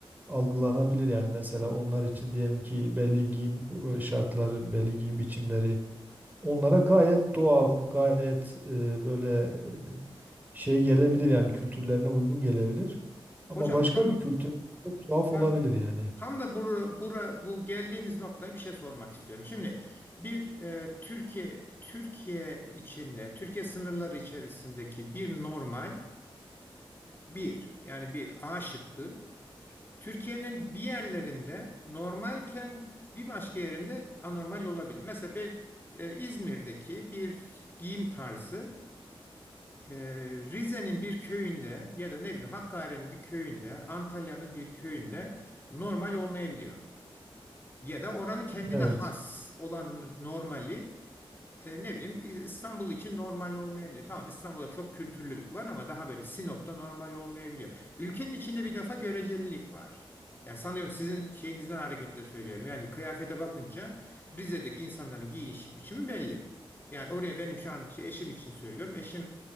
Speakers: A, on the right; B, on the left.
A: algılanabilir. Yani mesela onlar için diyelim ki belli giyim e, şartları, belli giyim biçimleri onlara gayet doğal, gayet e, böyle e, şey gelebilir yani kültürlerine uygun gelebilir. Ama
B: Hocam
A: başka
B: tam
A: bir kültür çok tuhaf olabilir
B: tam
A: yani.
B: tam da bura, bura bu geldiğiniz noktaya bir şey sormak istiyorum. Şimdi bir e, Türkiye Türkiye içinde Türkiye sınırları içerisindeki bir normal bir yani bir A şıkkı Türkiye'nin bir yerlerinde normalken bir başka yerinde anormal olabilir. Mesela ben, e, İzmir'deki bir giyim tarzı Ee, Rize'nin bir köyünde ya da ne bileyim Hakkari'nin bir köyünde, Antalya'nın bir köyünde normal olmayabiliyor. Ya da oranın kendine
A: Evet.
B: has olan normali e, ne bileyim İstanbul için normal olmayabilir. Tamam İstanbul'da çok kültürlülük var ama daha böyle Sinop'ta normal olmayabiliyor. Ülkenin içinde bir defa görecelilik var. Yani sanıyorum sizin şeyinizden hareketle söylüyorum. Yani kıyafete bakınca Rize'deki insanların giyiniş biçimi belli. Yani oraya benim şu an şey, eşim için söylüyorum. Eşim